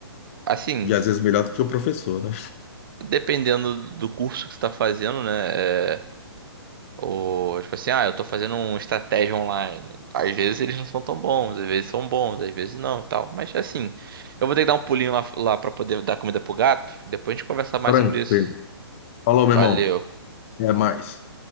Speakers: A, on the right; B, on the left.
A: Assim,
B: E às vezes melhor do que o professor, né?
A: dependendo do curso que você está fazendo, né? É, Ou, tipo assim, ah, eu tô fazendo uma estratégia online. Às vezes eles não são tão bons, às vezes são bons, às vezes não e tal. Mas assim, eu vou ter que dar um pulinho lá, lá pra poder dar comida pro gato. Depois a gente conversa mais
B: Tranquilo.
A: sobre isso.
B: Falou, meu
A: Valeu.
B: irmão. Até mais.